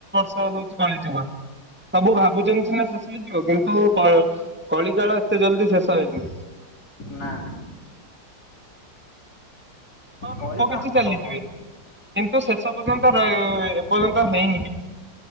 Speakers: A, in the centre; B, on the left (about 55°).
A: ହ-ହଉଚି କଳିଯୁଗ। ସବୁ ଭାବୁଚନ୍ତି ସିନା ଶେଷ ହେଇଯିବ କିନ୍ତୁ କ-କଳି କାଳ ଏତେ ଜଲ୍ଦି ଶେଷ ହେଇନି।
B: ନା।
A: ହଁ
B: କଳିପା
A: ଲୋକ କିଛି ଚାଲିଯିବେ
B: ହବ
A: କିନ୍ତୁ ଶେଷ ପର୍ଯ୍ୟନ୍ତ ର- ଏପର୍ଯ୍ୟନ୍ତ ହେଇନି କି